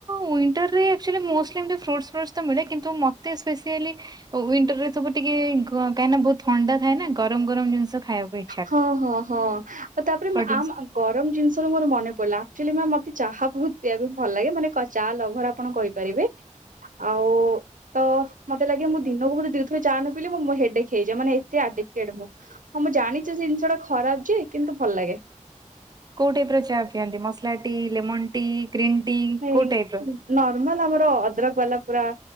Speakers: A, on the right; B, on the right.
A: ୱିଣ୍ଟରରେ ଆକଚୁଆଲି ମୋଷ୍ଟଲି ଏମତି ଫ୍ରୁଟ୍ସ ଫ୍ରୁଟ୍ସ ତ ମିଳେ କିନ୍ତୁ ମତେ ସ୍ପେସିଆଲି ୱିଣ୍ଟରରେ ସବୁ ଟି ଟିକେ ଗ କାଇଁ ନା ବହୁତ ଥଣ୍ଡା ଥାଏ ନା। ଗରମ ଗରମ ଜିନଷ ଖାଇବା ପାଇଁ।
B: ହଁ-ହଁ-ହଁ ତାପରେ
A: ଜିନିଷ
B: ଆମ ଗରମ ଜିନିଷର ମୋର ମନେ ପଡିଲା ଆକଚୁଆଲି ମ୍ୟାମ୍ ମ ମତେ ଚାହା ବହୁତ ପିଆ <unintelligible> ଭଲ ଲାଗେ, ମାନେ କ ଚା ଲଭର ଆପଣ କହିପାରିବେ। ଆଉ ତ ମତେ ଲାଗେ ମୁଁ ଦିନକୁ ବୋଧେ ଦିଥର ଚା ନ ପିଇଲେ ମୁଁ ମୋ ହେଡେକ ହେଇଯାଏ ମାନେ ଏତେ ଆ ଆଡିକେଡ ମୁଁ। ହଁ ମୁଁ ଜାଣିଛି ସେ ଜିନଷଟା ଖରାପ ଯେ, କିନ୍ତୁ ଭଲ ଲାଗେ।
A: କୋଉ ଟାଇପର ଚା ପିଅନ୍ତି ମସଲା ଟି, ଲେମନ ଟି? ଗ୍ରୀନ୍ ଟି
B: ହୁଁ
A: କୋଉ ଟାଇପ ର?
B: ନର୍ମାଲ ଆମର ଅଦ୍ରକ ବାଲା ପୁରା